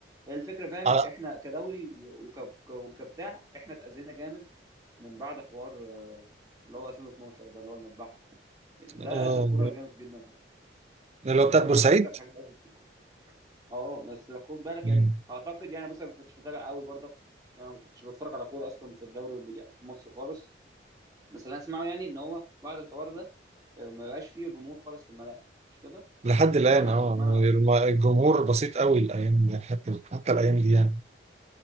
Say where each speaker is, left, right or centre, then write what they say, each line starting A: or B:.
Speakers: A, on the right; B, on the right.
A: هي الفكره فاهم
B: على
A: احنا كدوري و- وكب- ك- وكبتاع احنا اتاذينا جامد من بعد حوار آه، اللي هو 2012 ده اللي هو المذبحه يعني ده
B: اه
A: اذى الكوره
B: آه.
A: جامد جدا في مصر
B: اللي
A: يعني
B: هو بتاعت
A: ده
B: بورسعيد
A: من اكثر الحاجات اللي اذت اه بس خد بالك
B: مم.
A: يعني اعتقد يعني بص انا ما كنتش متابع قوي برضك يعني ما كنتش بتفرج على كوره اصلا في الدوري وب- يعني في مصر خالص بس اللي أنا اسمعه يعني ان هو بعد الحوار ده آه، ما بقاش فيه جمهور خالص في الملاعب مش كده
B: لحد الان
A: منع
B: اه
A: منع
B: الم-
A: جمهور
B: الجمهور بسيط قوي الايام دي، حتى حتى الايام دي يعني